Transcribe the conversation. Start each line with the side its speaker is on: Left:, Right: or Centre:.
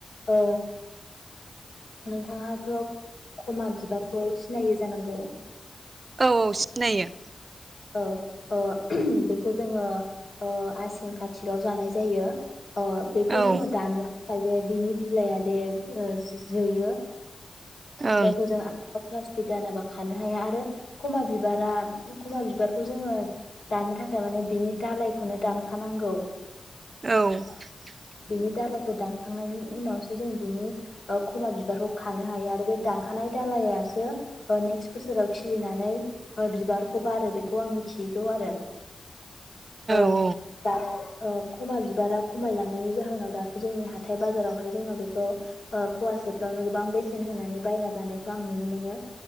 Left: औ नोंथाङाथ खमा बिबारखौ सिनायो जानांगौ
Right: औ औ सिनायो
Left: औ अ बेखौ जोङो आसिन खाथिकाव जानाय जायो अ बेखौ
Right: औ ओं
Left: जोङो दाननो ओमफायो दे बिनि बिलाइआ दे ओ जो जोयो
Right: औ
Left: जायखौ जों <unintelligible> <unintelligible> गानाबा खानो हाया आरो खमा बिबारा खमा बिबारखौ जोङो दानो थाखाय माने बिनि दालायखौनो दानखानांगौ
Right: औ
Left: बिनि दालायखौ दानखांनायनि उनावसो जों बिनि खमा बिबारखौ खानो हायो आरो बे दानखानाय दालायासो नेक्स्ट बोसोराव खिलिनानै बिबारखौ बारो बेखौ आं मिथियोगौ आरो ओ
Right: औ
Left: दा‌ ओ खमा बिबाराव खमायलांनायनि जाहोनाव दाथ जोंनि हाथाय बाजारावहाय जोङो बेखौ फवासेफ्रावनो गोबां बेसेन होनानै बायना जानायखौ आं नुनो मोनो